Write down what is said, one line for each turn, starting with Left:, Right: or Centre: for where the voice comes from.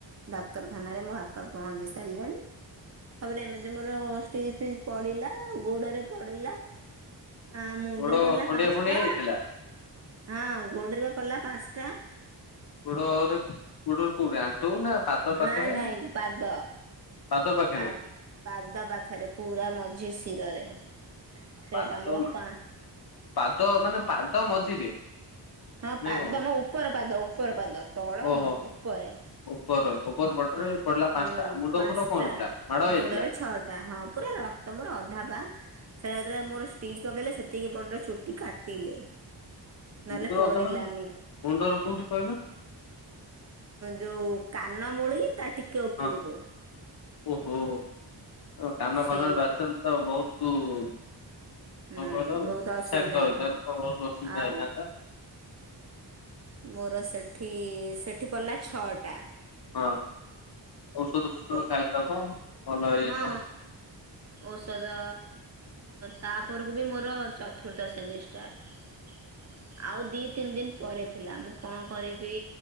Right: ଡାକ୍ତରଖାନରେ ମୋ ବାପା ପହଞ୍ଚି ସାରିଲେଣି ତାପରେ ଏମିତି ମୋର ଷ୍ଟିଚ୍ ଫିଚ୍ ପଡିଲା ଗୋଡରେ ପଡିଲା। ଆ ମୁଣ୍ଡରେ
Left: ଗୋଡ
Right: ପଡିଲା
Left: ଖଣ୍ଡିଆ
Right: ପାଞ୍ଚଟା
Left: ଖଣ୍ଡିଆ ହେଇଥିଲା
Right: ହଁ ଗୋଡରେ ପା ପଡିଲା ପାଞ୍ଚଟା।
Left: ଗୋଡୋରେ ଗୋଡ କୋଉଟା? <unintelligible> ଆଣ୍ଠୁ ନା ପାଦ ପାଖରେ
Right: ନାଇଁ ନାଇଁ
Left: ନା
Right: ପାଦ
Left: ପାଦ ପାଖରେ।
Right: ପା ପାଦ ପାଖରେ ପୁରା ମଝି ଶିରରେ। ସେଇଟା
Left: ପାଦ
Right: ମୋର ପା
Left: ପାଦ ମାନେ ପାଦ ମଝିରେ।
Right: ହଁ
Left: ନାଇଁ
Right: ପାଦ
Left: କଣ
Right: ମୋ ଉପର ପାଦ ଉପର ପାଦ ତଳ
Left: ଓହୋ
Right: ନୁହେଁ ଉପରେ।
Left: ଉପର ଉପର ପଟରେ
Right: ହୁଁ
Left: ପଡିଲା ପାଞ୍ଚଟା
Right: ହୁଁ
Left: ମୁଣ୍ଡ
Right: ପାଞ୍ଚଟା
Left: ଫୁଣ୍ଡ କଣ ହେଇଥିଲା ମାଡ
Right: ମୁଣ୍ଡରେ
Left: ହେଇଥିଲା
Right: ଛଅଟା ହଁ ପୁରା ର ତମର ଅଧା ପା। ସେରା ମୋର ଯେତେବେଳେ ଷ୍ଟିଚ୍ ପକେଇଲେ ସେତିକି ପଟ ଚୁଟି କାଟିଲେ। ନହେଲେ
Left: ମୁଣ୍ଡଟା
Right: ପଡିଲାନି
Left: ମାନେ ମୁଣ୍ଡର କୋଉଠି କହିଲ।
Right: ଯୋଉ କାନ ମୂଳି ତା ଟିକେ ଉପରକୁ।
Left: ହଁ ଓହୋ କାନ
Right: ସେଇଠି
Left: ଫାନରେ ବାଜିଥାନ୍ତାତା ବୋହୁତୁ କଣ
Right: ହୁଁ
Left: କଲ
Right: ବହୁତ
Left: ବିଷାତ
Right: ଅସୁବିଧା ହେଇଥାନ୍ତା
Left: ତ ବହୁତ ଅସୁବିଧା
Right: ଆଉ
Left: ହେଇଥାନ୍ତା?
Right: ମୋର ସେଠି ସେଠି ପଡ଼ିଲା ଛଅଟା।
Left: ହଁ ଔଷଧ ଫଷଧ
Right: ସେ
Left: ଖାଇଥା କଣ ଭଲ ହେଇଥାନ୍ତା।
Right: ହଁ ଔଷଧ। ତାପରକୁ ବି ମୋର ଚତୁର୍ଥ ସେମିଷ୍ଟାର। ଆଉ ଦି ତିନି ଦିନ ପରେ ଥିଲା। ମୁଁ କଣ କରିବି?